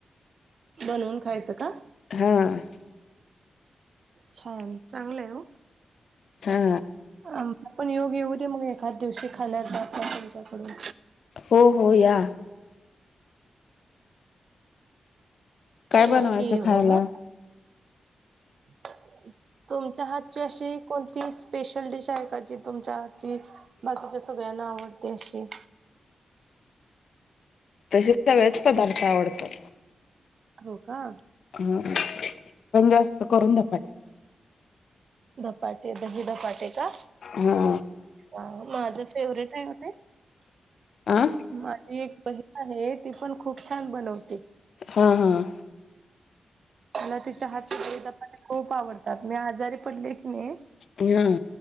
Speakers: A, on the right; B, on the left.
A: बनवून खायचं का?
B: हां.
A: छान चांगलंय ओ
B: हा
A: अम आपण योग येऊ दे मग एखाद्या दिवशी खाण्याचा असा तुमच्या कडून.
B: हो हो या. काय
A: नक्की
B: बनवायचं
A: ये वं
B: खायला
A: हं. <inaudible> तुमच्या हातची अशी कोणती स्पेशल डिश आहे का, जी तुमच्या हातची. बाकीच्या सगळ्यांना आवडते अशी.
B: तसे सगळेच पदार्थ आवडतात.
A: हो का?
B: ह पण जास्त करून धपाटे.
A: धपाटे दही धपाटे का?
B: हा
A: अ माझं फेवरेट आहे म ते.
B: आं!
A: माझी एक बहीण आहे, ती पण खूप छान बनवते.
B: हं हं!
A: मला तिच्या हातचे दही धपाटे, खूप आवडतात मी आजारी पडले की नाही.
B: हं!